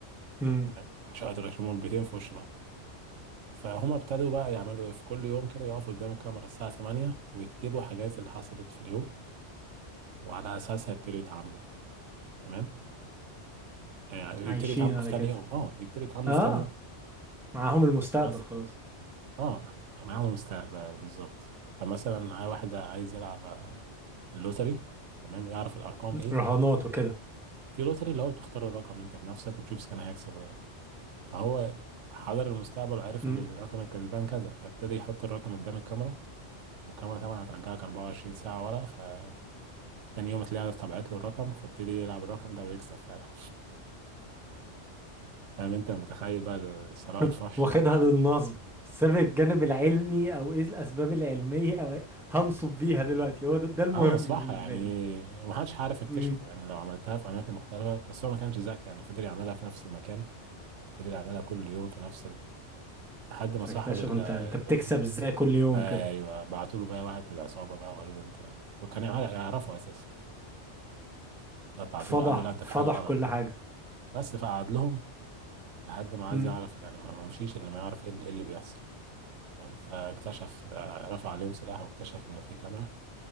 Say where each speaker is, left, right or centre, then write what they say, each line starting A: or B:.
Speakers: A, in the centre; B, on the right.
A: امم
B: تمام من شقة الرئيس هما البيتين في وش بعض فهما ابتدوا بقى يعملوا ايه في كل يوم كده يقفوا قدام الكاميرا الساعة 8 ويكتبوا حاجات اللي حصلت في اليوم وعلى أساسها يبتدوا يتعاملوا تمام يعني يبتدوا
A: عايشين
B: يتعاملوا
A: على
B: في تاني
A: كده
B: يوم اه يبتدوا يتعاملوا
A: اه
B: في تاني يوم
A: معاهم المستقبل
B: مثلا
A: خلاص
B: اه معاهم مستقبل بالظبط فمثلا عاي- واحد عايز يلعب آه، اللوتري تمام يعرف الأرقام
A: مم.
B: ايه
A: رهانات وكده
B: في لوتري اللي هو بتختار الرقم انت بنفسك وتشوف اذا كان هيكسب ولا فهو حضر المستقبل وعرف
A: امم
B: ان الرقم الكسبان كذا فابتدى يحط الرقم قدام الكاميرا والكاميرا طبعا هترجعك 24 ساعة ورا فتاني يوم تلاقيها طبعت له الرقم فابتدي يلعب الرقم ده ويكسب فعلا فاهم انت متخيل بقى ثراء
A: <laughs>
B: الفحش
A: واخدها للنصب سابق الجانب العلمي أو إيه الأسباب العلمية أو إيه؟ هنصب بيها دلوقتي هو ده, ده المهم
B: اه مصلحة
A: بالنسبة
B: يعني
A: لي
B: ومحدش عارف يكتشفه
A: امم
B: يعني لو عملتها في أماكن مختلفة بس هو ما كانش ذكي يعني فضل يعملها في نفس المكان فضل يعملها كل يوم في نفس ال... لحد ما
A: فاكتشف
B: صاحب ال...
A: أنت
B: ال-
A: أنت بتكسب إزاي كل يوم
B: ايوه
A: كده
B: بعتوا له بقى واحد من العصابة بقى وقالوا له انت وكان يعرف- يعرفه أساسا فبعتوا
A: فضح
B: له قال له لا انت
A: فضح
B: في حاجه غلط
A: كل حاجة
B: بس فقعد لهم لحد ما عايز
A: مم.
B: يعرف يعني ما ما مشيش الا ما يعرف ايه اللي, إيه اللي بيحصل تمام فاكتشف آه، رفع عليهم سلاح واكتشف ان في كاميرا